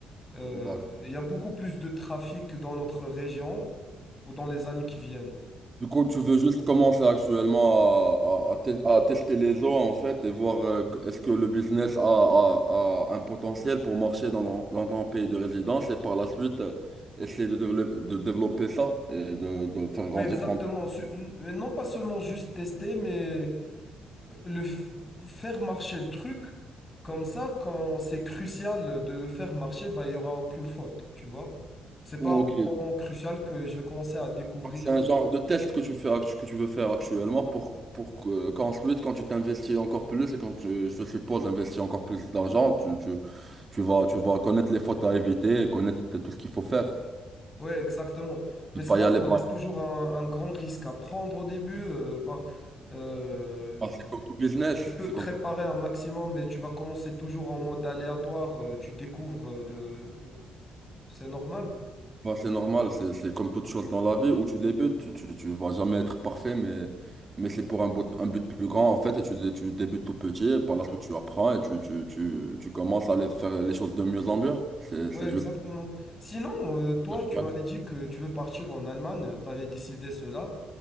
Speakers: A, on the left; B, on the right.
A: Euh,
B: D'accord.
A: il y a beaucoup plus de trafic dans notre région ou dans les années qui viennent.
B: Du coup, tu veux juste commencer actuellement à, à- à tes- à tester les eaux en fait et voir euh, que- est-ce que le business a, a- a un potentiel pour marcher dans ton, dans ton pays de résidence et par la suite euh, essayer de, dévelop- de développer ça et de, de faire
A: Oui,
B: grandir
A: exactement.
B: ton.
A: Su- n- Non pas seulement juste tester, mais le f- faire marcher le truc, comme ça, quand c'est crucial de le faire marcher, bah, il n'y aura aucune faute, tu vois. C'est
B: Ok.
A: pas au moment crucial que je vais commencer à découvrir.
B: Donc, C'est un genre de test que tu fais, actu- que tu veux faire actuellement pour, pour que- qu'ensuite, quand tu t'investis encore plus et quand tu, je suppose, investis encore plus d'argent, tu, tu, tu vas, tu vas connaître les fautes à éviter et connaître tout ce qu'il faut faire.
A: Ouais, exactement. Mais
B: Ne
A: cela,
B: Pas y aller.
A: ça reste toujours un, un grand risque à prendre au début. euh, par- euh,
B: Ah, C'est comme tout business,
A: tu peux
B: c'est
A: préparer
B: comme,
A: un maximum, mais tu vas commencer toujours en mode aléatoire. euh, tu découvres. euh, de- C'est normal.
B: bah, c'est normal, c'est c'est comme toute chose dans la vie où tu débutes, tu, tu, tu vas jamais être parfait, mais, mais c'est pour un but, un but plus grand en fait, et tu, dé- tu débutes tout petit, et par la suite tu apprends et tu, tu, tu, tu commences à aller faire les choses de mieux en mieux. C'est
A: Ouais,
B: c'est
A: exactement.
B: juste
A: Sinon, euh, toi,
B: naturel.
A: tu m'avais dit que tu veux partir en Allemagne. Tu avais décidé cela.